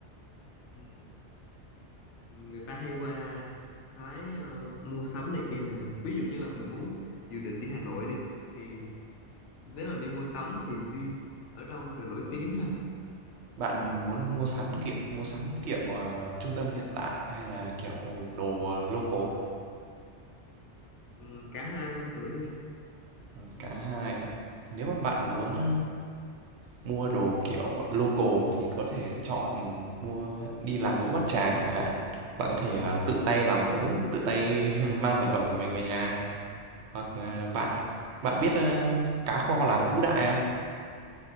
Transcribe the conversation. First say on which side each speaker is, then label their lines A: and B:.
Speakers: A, on the left; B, on the right.
A: ừ. người ta hay qua Thái ờ, mua sắm này kia nè ví dụ như là mình muốn dự định đi Hà Nội đi thì nếu là đi mua sắm thì đi ở đâu là nổi tiếng ha
B: Bạn muốn mua sắm, kiểu, mua sắm, kiểu, à, trung tâm hiện đại hay là, kiểu, đồ, ờ, local?
A: ừ, cả hai luôn thử
B: Ừm, cả hai ạ. Nếu mà bạn muốn, ơ, mua đồ, kiểu, local thì có thể chọn mua đi làm gốm Bát Tràng chẳng hạn. Bạn có thể, ờ, tự tay làm gốm, tự tay <laughs> mang sản phẩm của mình về nhà. Hoặc là
A: ừ.
B: bạn bạn biết, a, cá kho làng Vũ Đại không?